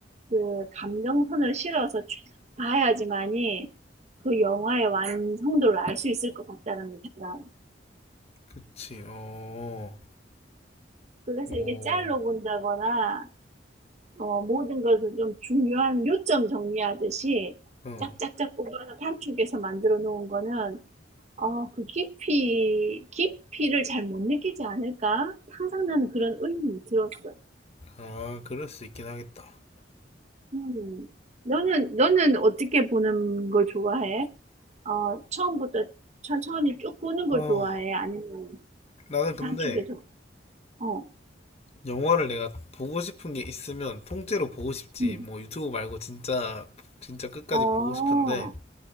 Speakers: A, on the right; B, on the left.
A: 그 감정선을 실어서 쭉 봐야지만이, 그 영화의 완성도를 알 수 있을 것 같다라는 생각해.
B: 그치, 어,
A: 그래서
B: 오,
A: 이게 짤로 본다거나 어, 모든 것을 좀 중요한 요점 정리하듯이
B: 어,
A: 짝짝짝 뽑아서 단축해서 만들어 놓은 거는 어, 그 깊이 깊이를 잘 못 느끼지 않을까? 항상 나는 그런 의문이 들었어.
B: 아, 그럴 수 있긴 하겠다.
A: 음. 너는 너는 어떻게 보는 걸 좋아해? 어, 처음부터 천천히 쭉 보는 걸
B: 어,
A: 좋아해? 아니면
B: 나는 근데
A: 단축해서? 어.
B: 영화를 내가 보고 싶은 게 있으면 통째로 보고 싶지.
A: 음.
B: 뭐 유튜브 말고 진짜, 진짜 끝까지
A: 아.
B: 보고 싶은데,